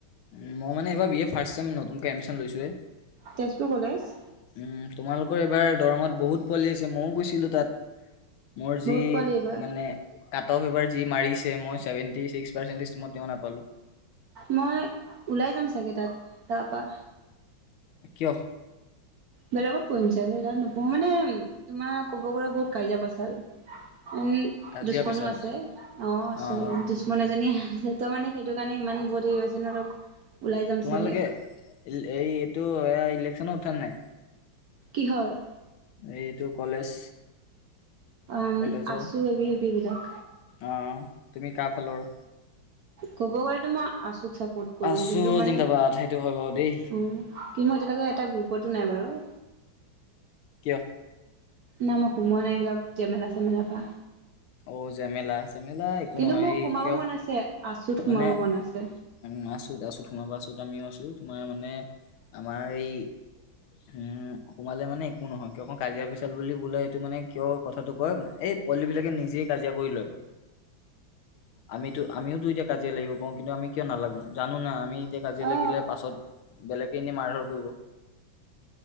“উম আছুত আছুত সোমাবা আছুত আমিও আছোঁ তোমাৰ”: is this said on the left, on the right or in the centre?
Left